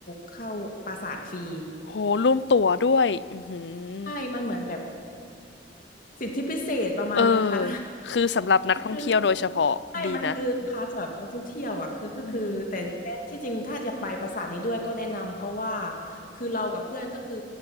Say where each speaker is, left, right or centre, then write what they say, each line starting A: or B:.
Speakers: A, on the left; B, on the left.
A: เข้าปราสาทฟรี
B: โห รวมตั๋วด้วย อือหือ
A: ใช่มันเหมือนแบบสิทธิพิเศษประมาณเนี้ยค่ะ
B: เออ คือสำหรับนักท่องเที่ยวโดยเฉพาะดีนะ
A: <laughs> คือ ใช่มันคือพาสำหรับนักท่องเที่ยวอ่ะคือก็คือแต่
B: อืม
A: ที่จริงถ้าจะไปปราสาทนี้ด้วยก็แนะนำเพราะว่าคือเรากับเพื่อนก็คือ